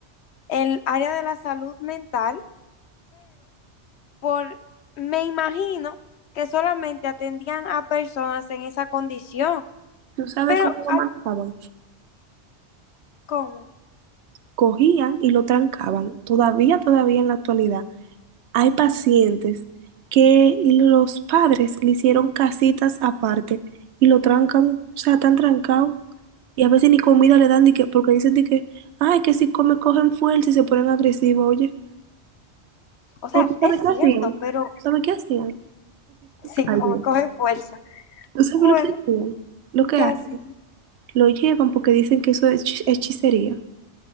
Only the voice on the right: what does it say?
¿Tú sabes
cómo lo
manejaban?
Cogían y lo trancaban, todavía, todavía en la actualidad. Hay pacientes que los padres le hicieron casitas aparte y lo trancan, o sea, tan trancado. Y a veces ni comida le dan, di que- porque dicen di que, ay, que si come cogen fuerza y se ponen agresivos, oye.
¿O tú sabes
qué
hacían?
¿Sabes qué hacían?
Ay,
Dios.
¿Tú sabes
lo que hacían? Lo que
hacen.
Lo llevan porque dicen que eso es hechi- hechicería.